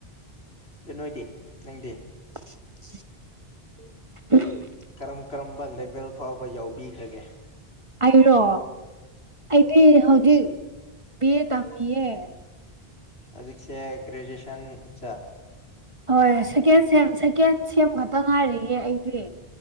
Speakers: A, on the left; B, on the right.
A: ꯑꯗꯨ ꯅꯣꯏꯗꯤ ꯅꯪꯗꯤ
B: <inaudible>
A: ꯀꯔꯝ ꯀꯔꯝꯕ ꯂꯦꯚꯦꯜ ꯐꯥꯎꯕ ꯌꯥꯎꯕꯤꯈ꯭ꯔꯒꯦ
B: ꯑꯩꯔꯣ ꯑꯩꯗꯤ ꯍꯧꯖꯤꯛ ꯕꯤ ꯑꯦ ꯇꯝꯃꯤꯌꯦ
A: ꯑꯖꯤꯛꯁꯦ ꯭ꯔꯦꯖꯨꯌꯦꯁꯟ ꯑ
B: ꯍꯣꯏ ꯁꯦꯀꯦꯟ ꯁꯦꯝ ꯁꯦꯀꯦꯟ ꯁꯦꯝ ꯈꯛꯇ ꯉꯥꯏꯔꯤꯌꯦ ꯑꯩꯗꯤ